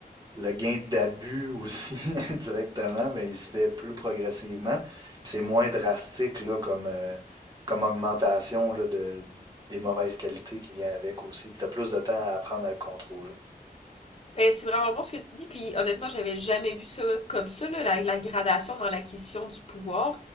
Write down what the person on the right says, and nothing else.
le gain d'abus aussi <laughs> directement, ben, il se fait plus progressivement. Puis c'est moins drastique là, comme, euh, comme augmentation là, de, des mauvaises qualités qui vient avec aussi. Puis tu as plus de temps à apprendre à le contrôler.